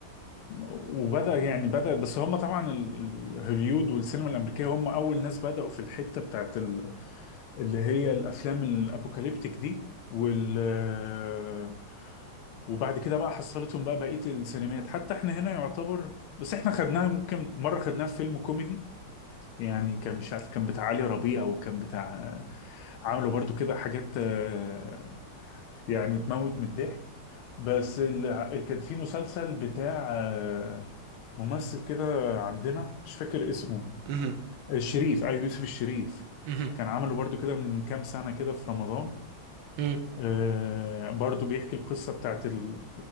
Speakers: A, on the left; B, on the right.
A: وبدأ يعني بدأ بس هم طبعا ال- ال- هوليود والسينما الأمريكية هم أول ناس بدأوا في الحتة بتاعت ال- اللي هي الأفلام الأبوكاليبتيك دي وال آه، وبعد كده بقى حصلتهم بقى بقية السينمات حتى احنا هنا يعتبر بس احنا خدناها ممكن مرة خدناها في فيلم كوميدي يعني كان مش عارف كان بتاع علي ربيع وكان بتاع عملوا برضو كده حاجات آه، يعني تموت من الضحك بس ال- كان في مسلسل بتاع آه، ممثل كده عندنا مش فاكر اسمه
B: مهم.
A: الشريف ايوه يوسف الشريف
B: مهم.
A: كان عمله برضو كده من كام سنة كده في رمضان
B: مهم.
A: آه، برضو بيحكي القصة بتاعت ال...